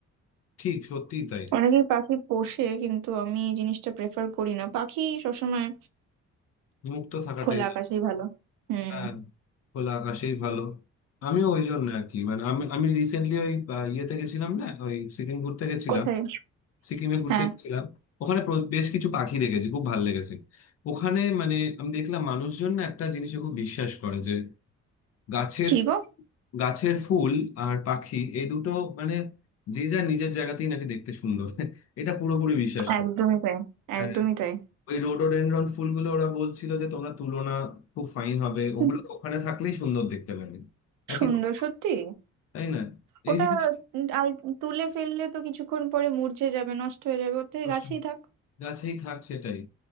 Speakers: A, on the left; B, on the right.
A: ঠিক সত্যিই তাই
B: অনেকেই পাখি পোষে কিন্তু আমি এই জিনিসটা প্রেফার করি না পাখি সবসময়
A: মুক্ত থাকাটাই
B: খোলা আকাশেই ভালো হুম
A: হ্যাঁ খোলা আকাশেই ভালো আমিও ওই জন্য আর কি মানে আমি আমি রিসেন্টলি ওই আহ, ইয়েতে গেছিলাম না ওই সিকিম ঘুরতে গেছিলাম
B: কোথায়
A: সিকিমে ঘুরতে
B: হ্যাঁ
A: গেছিলাম ওখানে প্র- বেশ কিছু পাখি দেখেছি খুব ভালো লেগেছে ওখানে মানে আমি দেখলাম মানুষজন না একটা জিনিসে খুব বিশ্বাস করে যে গাছের
B: কি গো
A: গাছের ফুল আর পাখি এই দুটো মানে যে যার নিজের জায়গাতেই নাকি দেখতে সুন্দর <laughs> এটা পুরোপুরি বিশ্বাস করে
B: একদমই তাই
A: হ্যাঁ,
B: একদমই তাই
A: ওই রোডোডেনড্রন ফুলগুলো ওরা বলছিল যে তোমরা তুলো না খুব ফাইন হবে ওগুলো
B: হুম,
A: ওখানে থাকলেই সুন্দর দেখতে লাগে একই
B: সুন্দর
A: রকম হয়,
B: সত্যি
A: তাই না
B: ওটা
A: এই জিনিসটা
B: উম, আর তুলে ফেললে তো কিছুক্ষণ পরে মূর্ছে যাবে নষ্ট হয়ে যাবে ওর থেকে
A: নষ্ট
B: গাছেই
A: হয়।
B: থাক
A: গাছেই থাক সেটাই